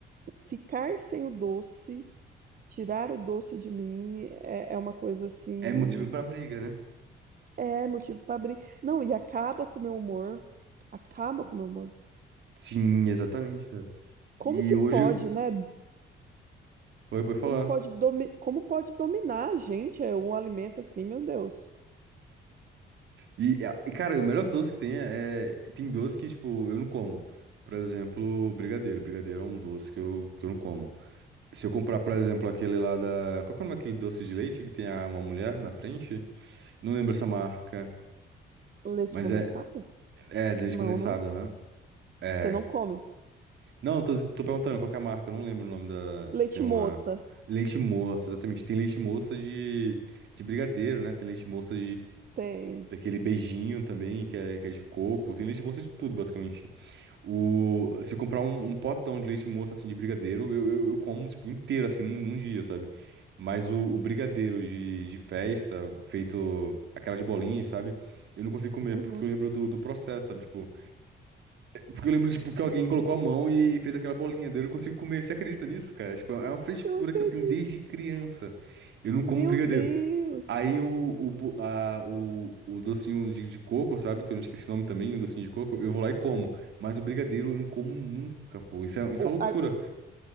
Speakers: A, on the right (about 45°); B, on the right (about 70°).
A: ficar sem o doce, tirar o doce de mim, é, é uma coisa assim.
B: É motivo pra briga, né?
A: É motivo pra abrir Não, e acaba com o meu humor. Acaba com o meu humor.
B: Sim, exatamente, cara.
A: Como
B: E
A: que
B: hoje.
A: pode, né?
B: Oi, pode falar.
A: Como pode, domi... Como pode dominar a gente é, um alimento assim, meu Deus?
B: E, a- e, cara, o melhor doce que tem é, é- Tem doce que, tipo, eu não como. Por exemplo, brigadeiro. Brigadeiro é um doce que eu, que eu não como. Se eu comprar, por exemplo, aquele lá da. Qual que é o nome daquele doce de leite que tem a- uma mulher na frente? Não lembro essa marca.
A: Leite
B: Mas
A: condensado?
B: é. É, de leite
A: Não,
B: condensado,
A: não.
B: aham. É.
A: Você não come.
B: Não, eu tô, tô perguntando qual que é a marca. Eu não lembro o nome da.
A: Leite
B: Que tem uma.
A: moça?
B: Leite moça, exatamente. Tem leite moça de, de brigadeiro, né? Tem leite moça
A: Tem.
B: Daquele beijinho também, que é, que é de coco. Tem leite moça de tudo, basicamente. O, se eu comprar um, um potão de leite moça, assim, de brigadeiro, eu, eu, eu como, tipo, inteiro, assim, num, num dia, sabe? Mas o, o brigadeiro de, de festa, feito aquelas bolinhas, sabe? Eu não consigo comer,
A: Uhum.
B: porque eu lembro do, do processo, sabe? Tipo, porque eu lembro, tipo, que alguém colocou a mão e fez aquela bolinha. Daí eu não consigo comer. Você acredita nisso, cara? Tipo, é uma frescura
A: Eu acredito.
B: que eu tenho desde criança. Eu não como
A: Meu
B: brigadeiro.
A: Deus.
B: Aí o, o, bo- a- o, o docinho de, de coco, sabe? Que eu não esqueci o nome também, o docinho de coco, eu vou lá e como. Mas o brigadeiro eu não como nunca, pô. Isso é, isso
A: O,
B: é uma loucura.
A: a- o-